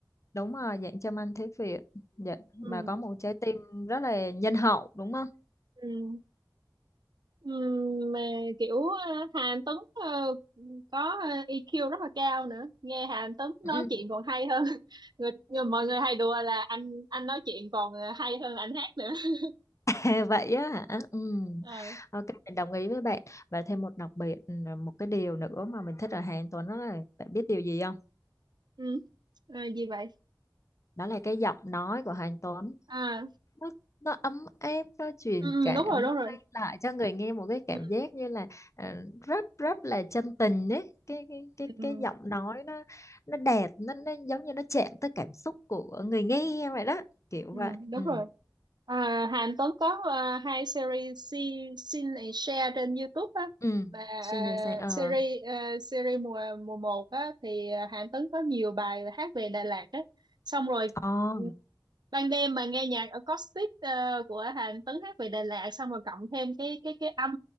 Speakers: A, on the left; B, on the right.
A: đúng rồi dạng châm anh thế Việt dạ. mà
B: ừ
A: có một trái tim rất là nhân hậu đúng không
B: ừ ừ mà kiểu ờ, Hà Anh Tuấn ờ, có ờ, EQ rất là cao nữa nghe Hà Anh Tuấn
A: ừ.
B: nói chuyện còn hay hơn <laughs> người, người mọi người hay đùa là anh anh nói chuyện còn ờ, hay hơn anh hát nữa <laughs>
A: <laughs> vậy á hả ừ.
B: Ờ,
A: ok mình đồng ý với bạn và thêm một đặc biệt ừ, một cái điều nữa mà mình thích ở Hà Anh Tuấn đó là bạn biết điều gì không
B: ừ Ờ, gì vậy
A: đó là cái giọng nói của Hà Anh Tuấn
B: Ờ.
A: nó nó ấm áp nó truyền
B: ừ, ừ,
A: cảm
B: đúng rồi đúng
A: nó
B: rồi
A: mang lại cho người nghe một cái
B: ừ,
A: cảm giác như là ờ, rất rất là chân tình đấy cái cái cái
B: ừ, ừ,
A: cái giọng nói nó nó đẹp nó nó giống như nó chạm tới cảm xúc của người nghe vậy đó kiểu
B: ừ,
A: vậy
B: đúng
A: ừ
B: rồi à, Hàn Tuấn có à, hai series Si- Sin and Share trên YouTube á
A: ừ
B: mà à,
A: xuyên đều say ờ
B: series à, series mùa mùa một á thì à, Hàn Tuấn có nhiều bài hát về Đà Lạt á xong rồi
A: Ồ,
B: ừ, ban đêm mà nghe nhạc acoustic à, của Hàn Tuấn hát về Đà Lạt xong rồi cộng thêm cái cái cái âm